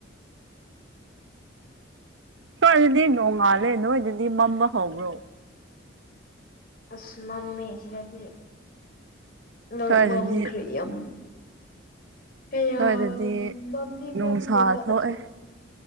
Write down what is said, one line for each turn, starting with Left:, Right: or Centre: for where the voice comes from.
Right: ꯁꯋꯥꯏ ꯗꯗꯤ ꯅꯣꯡꯉꯥꯜꯂꯦ ꯅꯣꯏꯗꯗꯤ ꯃꯝꯕ ꯍꯧꯕ꯭ꯔꯣ
Left: ꯑꯁ ꯃꯝ ꯃꯦꯁꯤꯗꯗꯤ ꯅ‌ꯣꯏ
Right: ꯁ꯭ꯋꯥꯏꯗꯗꯤ
Left: ꯃꯝ ꯈ꯭ꯔ‌ꯦꯌꯥꯝ ꯀꯌꯥꯝ
Right: ꯁ꯭ꯋꯥꯏꯗꯗꯤ
Left: ꯃꯝꯗꯤ
Right: ꯅꯨꯡꯁꯥ
Left: ꯃꯝꯗꯦꯕ
Right: ꯊꯣꯛꯑꯦ
Left: ꯑꯗꯨ